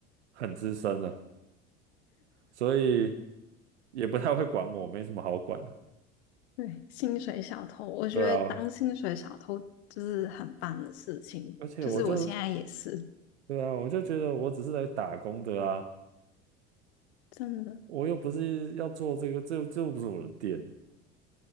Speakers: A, on the right; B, on the left.
A: 很资深了，所以也不太会管我，没什么好管的。
B: 对，薪水小偷，我觉得当薪水小偷就是很棒的事情，
A: 对啊，而且我就
B: 就是我现在也是，
A: 对啊，我就觉得我只是来打工的啊，
B: 真的，
A: 我又不是要做这个，这这又不是我的店，